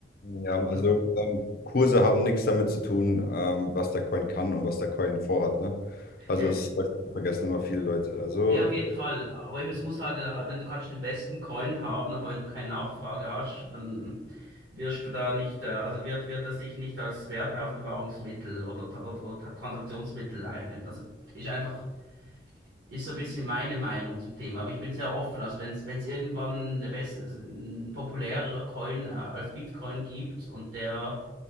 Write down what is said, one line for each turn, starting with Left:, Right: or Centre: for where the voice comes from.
Left: Ja, also
Right: Das,
Left: ähm, Kurse haben nichts damit zu tun, ähm, was der Coin kann und was der Coin vorhat, ne? Also
Right: ja,
Left: das, das vergessen immer viele Leute. Also
Right: Ja, auf jeden Fall. Aber eben, es muss halt, wenn du kannst den besten Coin haben, aber wenn du keine Nachfrage hast, dann wirst du da nicht, äh, also wird, wird das sich nicht als Wertaufbewahrungsmittel oder, oder, oder Ta- Transaktionsmittel eignen. Also ist einfach, ist so ein bisschen meine Meinung zum Thema. Aber ich bin sehr offen. Also wenn es, wenn es irgendwann eine bessere, ein populärerer Coin, äh, als Bitcoin gibt und der